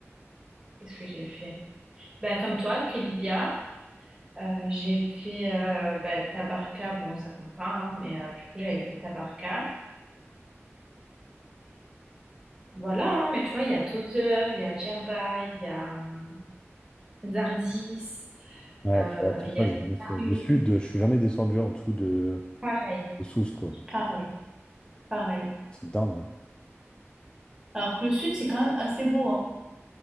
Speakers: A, on the right; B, on the left.
A: qu'est-ce que j'ai fait? Bah, comme toi, Kelibia. Euh, j'ai fait euh, bah, Tabarka. Bon, ça compte pas, hein, mais euh, du coup, j'avais fait Tabarka. Voilà, hein, mais tu vois, il y a Tozeur, il y a Djerba, il y a hum, Zarzis,
B: Ouais,
A: euh,
B: tu vois, tout
A: il
B: ça,
A: y a...
B: j'ai jamais fait.
A: Ah oui,
B: Le sud, je suis jamais descendu en dessous de,
A: pareil,
B: de Sousse, quoi.
A: pareil. Pareil.
B: C'est dingue, hein.
A: Alors que le sud, c'est quand même assez beau, hein.